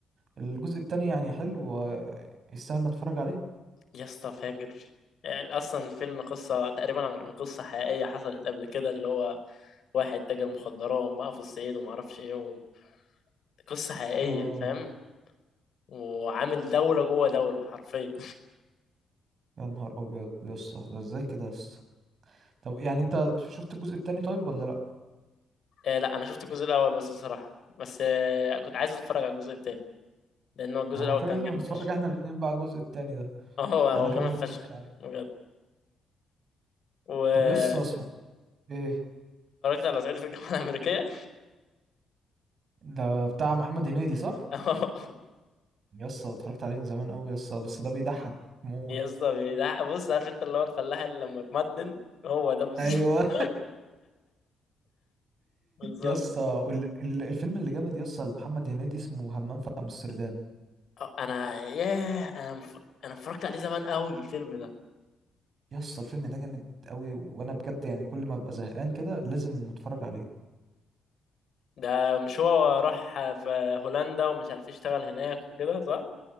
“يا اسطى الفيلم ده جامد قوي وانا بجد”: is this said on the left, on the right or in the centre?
Right